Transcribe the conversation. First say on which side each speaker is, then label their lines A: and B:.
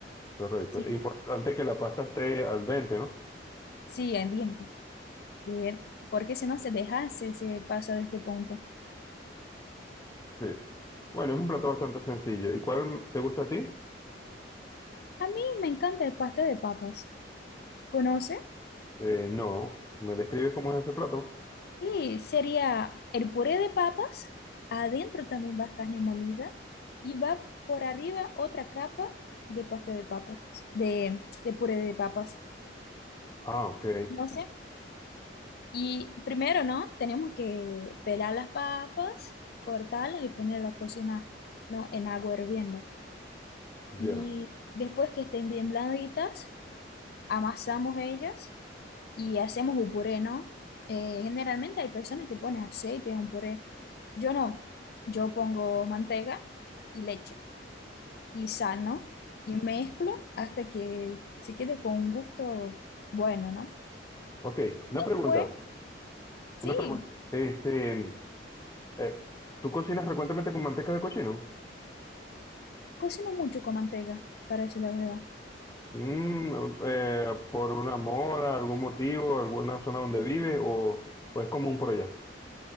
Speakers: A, on the left; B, on the left.
A: correcto.
B: Sí,
A: Es importante que la pasta esté al dente, ¿no?
B: sí, ambiente. Bien, Porque si no se deja, se, se pasa de este punto.
A: Sí. Bueno, es un plato bastante sencillo. ¿Y cuál te gusta a ti?
B: A mí me encanta el pastel de papas. ¿Conoce?
A: Eh, no. ¿Me describes cómo es ese plato?
B: Sí, sería el puré de papas, adentro también va carne molida y va por arriba otra capa de pastel de papas, de, de puré de papas.
A: Ah, ok.
B: No sé. Y primero, ¿no? Tenemos que pelar las papas, cortarlas y ponerlas a cocinar, ¿no? En agua hirviendo.
A: Ya.
B: Y después que estén bien blanditas, amasamos ellas y hacemos un puré, ¿no? Eh, generalmente hay personas que ponen aceite en un puré. Yo no. Yo pongo manteca y leche y sal, ¿no? Y mezclo hasta que se quede con un gusto bueno, ¿no?
A: Ok, una
B: Después,
A: pregunta.
B: sí,
A: Una pregunta. Este, eh, ¿tú cocinas frecuentemente con manteca de cochino?
B: cocino mucho con manteca, para decir la verdad.
A: Mm, eh, ¿por una moda, algún motivo, alguna zona donde vive o, o es común por allá?